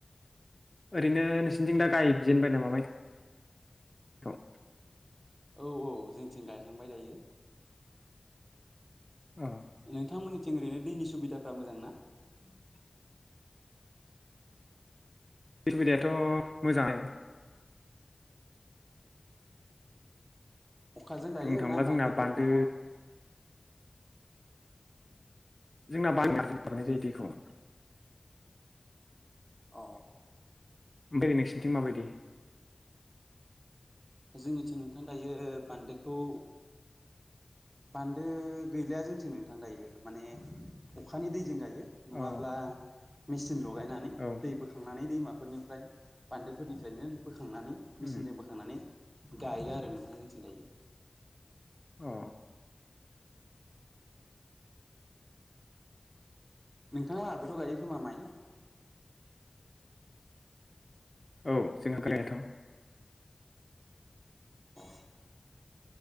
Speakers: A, on the left; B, on the right.
A: ओरैनो नोंसिनिथिं दा गायजेनबाय नामा माइखौ?
B: औ औ जोंथिं गायहांबाय दायो।
A: अ
B: नोंथांमोननि थिं ओरैनो दैनि सुबिदफ्रा मोजां ना।
A: <inaudible> सुबिदायाथ' मोजांङा नो।
B: अखाजों गायो
A: बुंनो थाङोब्ला
B: ना बान्दोफोर
A: जोंना बान्दो
B: दङ।
A: जोंना <unintelligible> लाबोनाय जायो दैखौ
B: अ
A: ओमफ्रायै नोंसिनिथिं माबायदि?
B: जोंनिथिं नोंथां ओ दायो बान्दोखौ बान्दो गैलिया जोंथिं नोंथां दायो माने अखानि दैजों गायो। नंङाब्ला
A: अ
B: लगायनानै
A: औ
B: दै बोखांनानै दैमा फोरनिफ्राय बान्दोफोरनिफ्रायनो बो बोखांनानै मेसिनजों
A: उम
B: बोखांनानै गायो आरो नोंथां जोंथिं दायो।
A: अ
B: नोंथांआबोथ' गायो खोमा माइ?
A: औ जोंहा गोयोथ
B: अ।